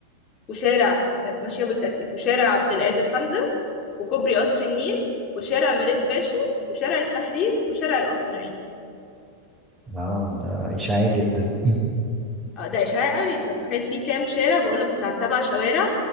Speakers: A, on the left; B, on the right.
A: وشارع آه، ماشية بالترتيب وشارع عبد القادر حمزة وكوبري قصر النيل وشارع مريد باشا وشارع التحرير وشارع القصر العيني
B: اه ده اشاعية جدا <laughs>
A: آه، ده إشعاع قوي انت متخيل فيه كام شارع بقولك بتاع سبع شوارع